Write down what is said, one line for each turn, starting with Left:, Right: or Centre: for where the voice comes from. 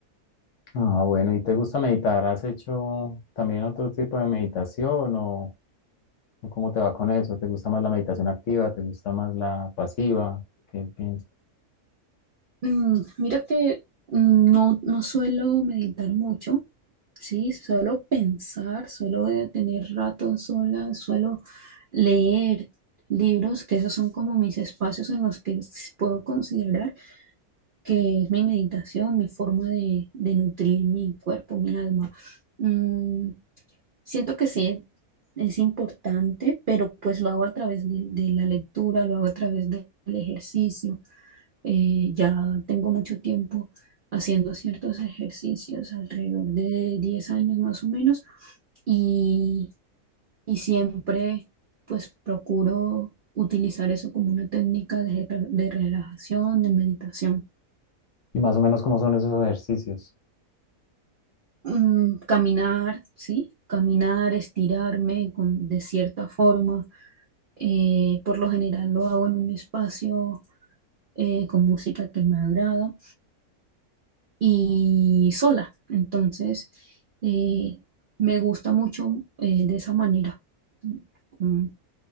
Left: Ah, bueno, ¿y te gusta meditar? ¿Has hecho también otro tipo de meditación o, o cómo te va con eso? ¿Te gusta más la meditación activa? ¿Te gusta más la pasiva? ¿Qué piensas?
Right: Mm, mira que mm, no, no suelo meditar mucho, ¿sí? Suelo pensar, suelo eh, tener ratos sola, suelo leer libros, que esos son como mis espacios en los que s- puedo considerar que es mi meditación, mi forma de, de nutrir mi cuerpo, mi alma. Mm, Siento que sí, es importante, pero pues lo hago a través de, de la lectura, lo hago a través de- del ejercicio. Eh, ya tengo mucho tiempo haciendo ciertos ejercicios, alrededor de 10 años más o menos, y, y siempre pues procuro utilizar eso como una técnica de, re- de relajación, de meditación.
Left: Y más o menos cómo son esos ejercicios.
Right: Mm, caminar, ¿sí? Caminar, estirarme con, de cierta forma Eh, por lo general lo hago en un espacio eh, con música que me agrada y sola. Entonces, eh, me gusta mucho eh, de esa manera. Mm.